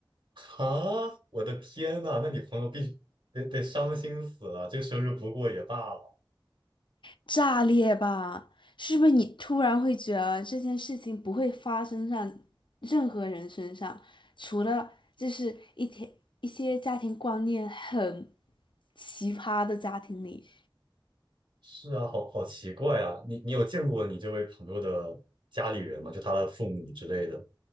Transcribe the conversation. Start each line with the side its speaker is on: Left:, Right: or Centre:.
Right: 啊！我的天呐，那你朋友必须得得伤心死了，这个生日不过也罢了。
Left: 炸裂吧！是不是你突然会觉得这件事情不会发生上任何人身上，除了就是一天一些家庭观念很奇葩的家庭里，
Right: 是啊，好好奇怪啊！你你有见过你这位朋友的家里人吗？就他的父母之类的，